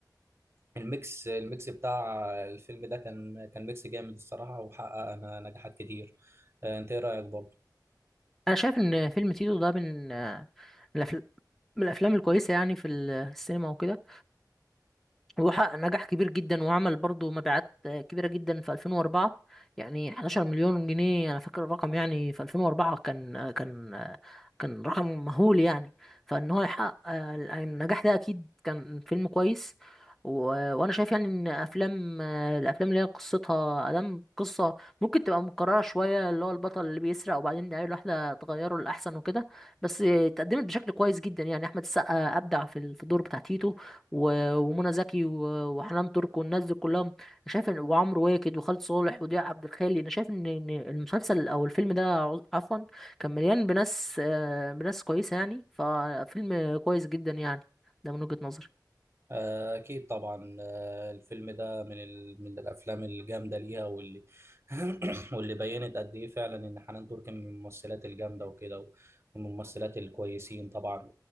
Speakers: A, on the right; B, in the centre.
A: فالميكس الميكس بتاع الفيلم ده كان كان ميكس جامد الصراحه وحقق أنا- نجاحات كتير آه، انت ايه رايك برضو
B: أنا شايف إن فيلم تيتو ده من آه، من الأفل- من الأفلام الكويسة يعني في السينما وكده وحقق نجاح كبير جدا وعمل برضه مبيعات آه، كبيرة جدا في 2004 يعني 11 مليون جنيه أنا فاكر الرقم يعني في 2004 كان آه، كان آه، كان رقم مهول يعني فإن هو يحقق آه، النجاح ده أكيد كان فيلم كويس و- وأنا شايف يعني إن أفلام آه، الأفلام اللي هي قصتها أدام قصة ممكن تبقى مكررة شوية اللي هو البطل اللي بيسرق وبعدين عيله واحدة تغيره لأحسن وكده بس آه، اتقدمت بشكل كويس جدا يعني أحمد السقا أبدع في ال- في الدور بتاع تيتو و- ومنى زكي و- وحنان ترك والناس دي كلها أنا شايف ان وعمرو واكد وخالد صالح وضياء عبد الخالي انا شايف ان إن المسلسل او الفيلم ده عز- عفوا كان مليان بناس آه، بناس كويسه يعني ففيلم كويس جدا يعني ده من وجهة نظري
A: آه، أكيد طبعا آه، الفيلم ده من ال... من الأفلام الجامدة ليها واللي <coughs> <clears throat> واللي بينت قد إيه فعلا إن حنان ترك من الممثلات الجامدة وكده و- ومن الممثلات الكويسين طبعا